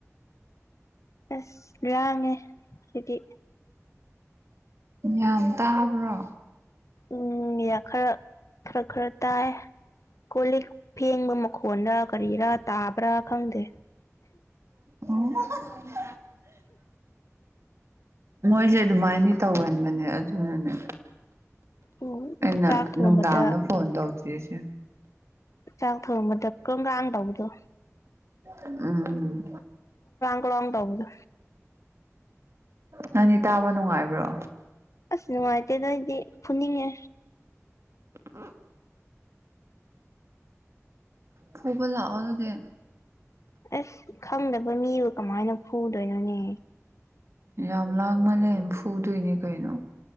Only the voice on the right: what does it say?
ꯌꯥꯝ ꯇꯥꯕ꯭ꯔꯣ
ꯑꯣ ꯃꯣꯏꯖꯦ ꯑꯗꯨꯃꯥꯏꯅꯗꯤ ꯇꯧꯒꯟꯕꯅꯦ ꯑꯗꯨꯅꯅꯦ
ꯑꯩꯅ
ꯅꯨꯡꯗꯥꯡꯗ ꯐꯣꯟ ꯇꯧꯗ꯭ꯔꯤꯁꯦ
ꯎꯝ
ꯅꯪꯅꯤ ꯇꯥꯕ ꯅꯨꯡꯉꯥꯏꯕ꯭ꯔꯣ
ꯑ ꯐꯨꯕ ꯂꯥꯛꯑꯣ ꯑꯗꯨꯗ
ꯌꯥꯝ ꯂꯥꯡꯃꯜꯂꯦ ꯐꯨꯗꯣꯏꯅꯦ ꯀꯩꯅꯣ